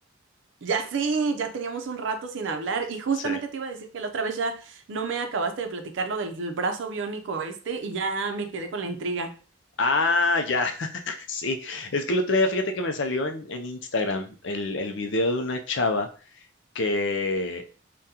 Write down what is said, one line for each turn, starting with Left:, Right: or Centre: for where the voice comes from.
Right: Ya sé, ya teníamos un rato sin hablar y justamente
Left: <laughs> Sí.
Right: te iba a decir que la otra vez ya no me acabaste de platicar lo del brazo biónico este y ya me quedé con la intriga.
Left: Ah, ya. <laughs> Sí. Es que el otro día, fíjate que me salió en, en Instagram el, el video de una chava que,